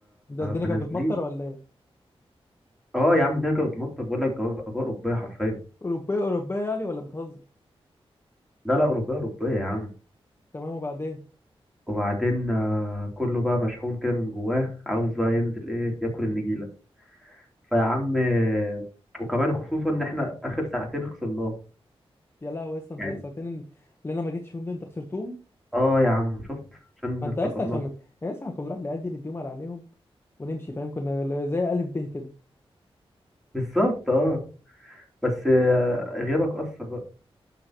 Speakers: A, on the left; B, in the centre.
A: ده الدنيا
B: فنازلين
A: كانت بتمطر ولا ايه
B: اه يا عم الدنيا كانت بتمطر بقول لك اجواء أجواء اوروبيه حرفيا
A: اوروبية اوروبية يعني ولا بتهزر
B: لا لا اوروبيه اوروبيه يا عم
A: تمام وبعدين
B: وبعدين آه، كله بقى مشحون كده من جواه عاوز بقى ينزل ايه ياكل النجيله فيا عم آه، وكمان خصوصا ان احنا اخر ساعتين خسرناه
A: يا لهوي يا اسطى انت
B: يعني
A: الساعتين اللي انا ما جيتش فيهم دول انت خسرتهم
B: اه يا عم شفت عشان
A: ما انت
B: افتقدناك
A: يا اسطى عشان يا اسطى احنا كنا نروح العيال دي نديهم على عينيهم ونمشي فاهم كنا زي الف ب كده
B: بالظبط اه بس آه، غيابك اثر بقى